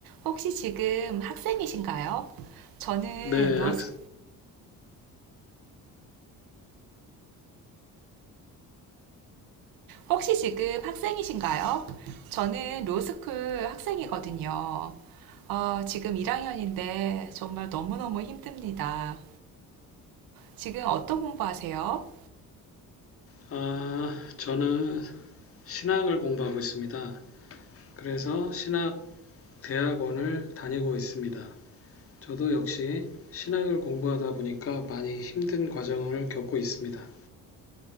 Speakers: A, on the right (about 60°); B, on the left (about 35°).
A: 혹시 지금 학생이신가요? 저는
B: 네,
A: 로스
B: 학,
A: 혹시 지금 학생이신가요? 저는 로스쿨 학생이거든요. 어, 지금 1학년인데 정말 너무너무 힘듭니다. 지금 어떤 공부하세요?
B: 아, 저는 신학을 공부하고 있습니다. 그래서 신학 대학원을 다니고 있습니다. 저도 역시 신학을 공부하다 보니까 많이 힘든 과정을 겪고 있습니다.